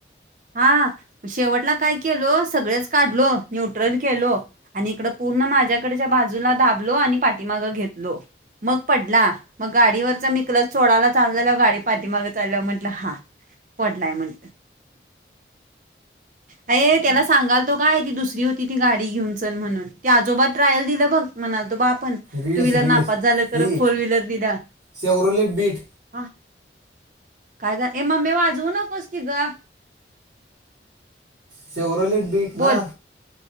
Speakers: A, on the right; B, on the right.
A: हा शेवटला काय केलो सगळेच काढलो न्यूट्रल केलो आणि इकड पूर्ण माझ्याकडच्या बाजूला दाबलो आणि पाठीमाग घेतलो मग पडला मग गाडीवरच मी क्लज सोडयला चालल्यालो गाडी पाठी मागत चाल्या म्हटलं हा. पडलाय म्ह ह अ त्याला सांगाल तो काय ती दुसरी होती ती गाडी घेऊन चल म्हणून ते आजोबा ट्रायल दिलं बघ म्हणाल तो बा आपण
B: रीड्स
A: टू व्हीलर
B: रीड्स
A: नापास झालं खर
B: ही
A: फोर व्हीलर दिला
B: शेवरोलेट बीट
A: ह कायदा एमा मे वाजवू नकोस की ग.
B: सेवरोलेट बीट
A: बोल
B: ना